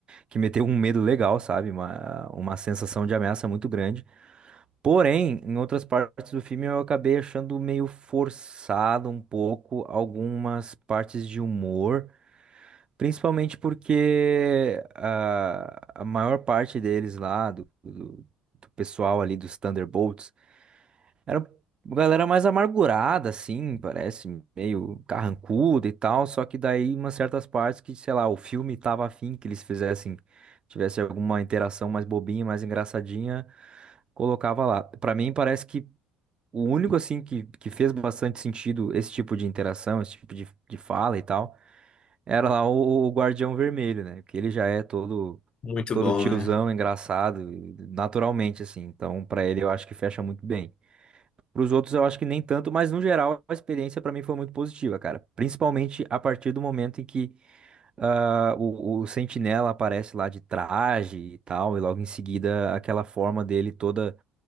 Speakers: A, on the right; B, on the left.
A: que meteu um medo legal, sabe? Uma, uma sensação de ameaça muito grande. Porém, em outras partes do filme eu acabei achando meio forçado um pouco algumas partes de humor, principalmente porque ah, a, maior parte deles lá, do, do, do pessoal ali dos Thunderbolts, era uma galera mais amargurada, assim, parece, meio carrancuda e tal. Só que daí, umas certas partes que, sei lá, o filme tava afim que eles fizessem, tivesse alguma interação mais bobinha, mais engraçadinha, colocava lá. Pra mim, parece que o único, assim, que, que fez bastante sentido esse tipo de interação, esse tipo de, de fala e tal, era lá o, o Guardião Vermelho, né? Que ele já é todo.
B: Muito
A: Todo
B: bom,
A: tiozão,
B: né?
A: engraçado, naturalmente, assim. Então, pra ele, eu acho que fecha muito bem. Para os outros, eu acho que nem tanto, mas no geral a experiência para mim foi muito positiva, cara. Principalmente a partir do momento em que ah, o, o Sentinela aparece lá de traje e tal, e logo em seguida aquela forma dele toda,